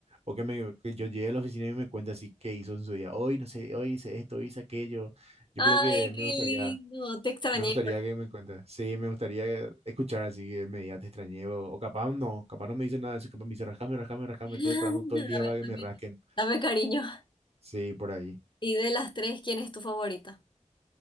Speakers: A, on the right (about 50°); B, on the left (about 40°).
A: O que, me, que yo llegue a la oficina y me cuente así qué hizo en su día. Hoy, no sé, hoy hice esto, hoy hice aquello. Yo
B: ay,
A: creo que me
B: qué
A: gustaría,
B: lindo. Te extrañé.
A: me gustaría
B: pero-
A: que me cuente. Sí, me gustaría escuchar así que me diga, te extrañé. O, o capaz no, capaz no me dice nada de eso, capaz me dice, rascame, rascame,
B: <laughs>
A: rascame. Estuve esperando todo
B: Dame,
A: el día para que
B: dame-
A: me rasquen.
B: dame cariño.
A: Sí, por ahí.
B: Y de las tres, ¿quién es tu favorita?